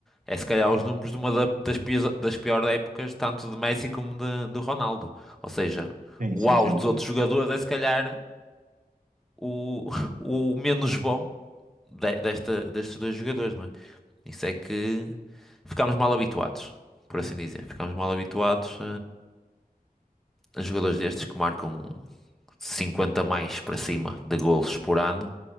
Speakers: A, in the centre; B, on the right.
A: é se calhar os números de uma da- das, pias- das piores épocas, tanto de Messi como de, do Ronaldo. Ou seja,
B: Sim,
A: o
B: sim,
A: auge
B: sem
A: dos
B: dúvida.
A: outros jogadores é se calhar o, <laughs> o menos bom de- desta, destes dois jogadores, não é? Isso é que ficámos mal habituados, por assim dizer. Ficámos mal habituados. jogadores destes que marcam 50 mais para cima de golos por ano,